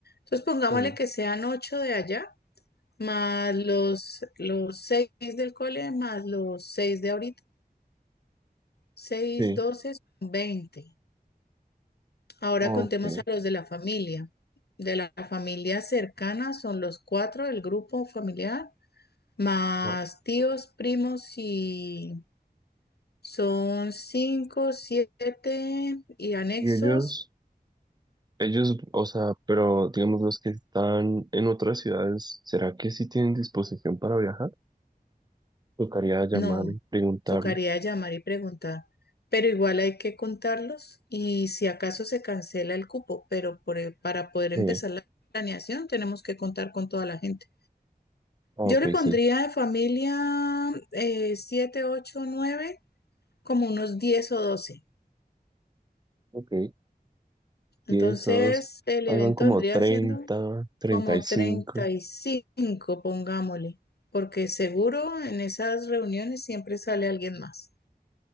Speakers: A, on the left; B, on the right.
A: Entonces pongámosle
B: Sí.
A: que sean ocho de allá, más los, los seis del cole, más los seis de ahorita, seis,
B: Sí,
A: doce, son veinte. Ahora
B: ok.
A: contemos a los de la familia. De la familia cercana son los cuatro del grupo familiar, más
B: Ajá.
A: tíos, primos y son cinco, siete y anexos.
B: Y ellos, ellos, o sea, pero digamos los que están en otras ciudades, ¿será que sí tienen disposición para viajar? Tocaría llamar
A: No,
B: y preguntarles.
A: tocaría llamar y preguntar, pero igual hay que contarlos y si acaso se cancela el cupo, pero por el- para poder
B: Sí,
A: empezar la planeación tenemos que contar con toda la gente.
B: ah,
A: Yo
B: ok,
A: le pondría
B: sí.
A: de familia eh, siete, ocho, nueve como unos diez o doce,
B: Ok,
A: Entonces,
B: Diez a 12.
A: el
B: Hagan
A: evento
B: como
A: vendría
B: 30,
A: siendo
B: 35.
A: como 35, pongámosle, porque seguro en esas reuniones siempre sale alguien más,